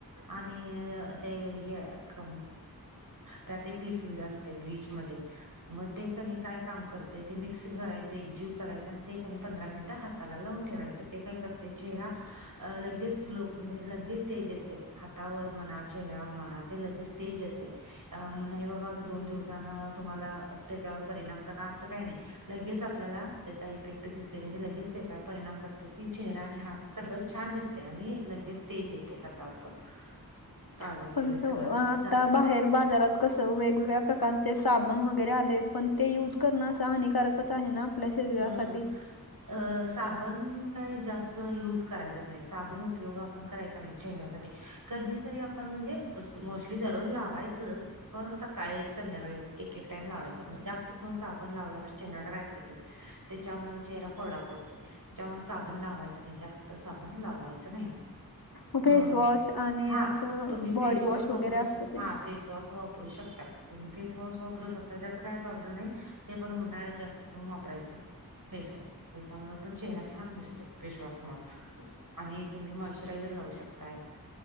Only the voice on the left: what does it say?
<inaudible>
पण असं
आता
बाहेर बाजारात कसं वेगवेगळ्या प्रकारचे साबण वगैरे आले पण ते युज करणं अस हानिकारकच आहे ना. आपल्या शरीरासाठी
मग
फेसवॉश आणि
असं
बॉडी
वॉश
वगैरे असतं ते.